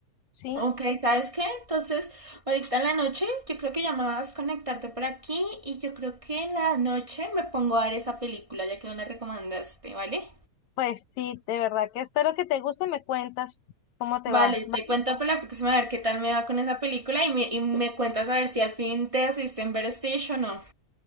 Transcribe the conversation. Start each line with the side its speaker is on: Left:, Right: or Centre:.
Left: sí.
Right: Ok, ¿sabes qué? Entonces, ahorita en la noche, yo creo que ya me vas a conectarte por aquí y yo creo que en la noche me pongo a ver esa película, ya que me la recomendaste, ¿vale?
Left: Pues sí, de verdad que espero que te guste, me cuentas cómo te
Right: Vale,
Left: va.
Right: te
Left: ¿va?
Right: cuento para la próxima a ver qué tal me va con esa película y me, y me cuentas a ver si al fin te asiste en Better Station o no.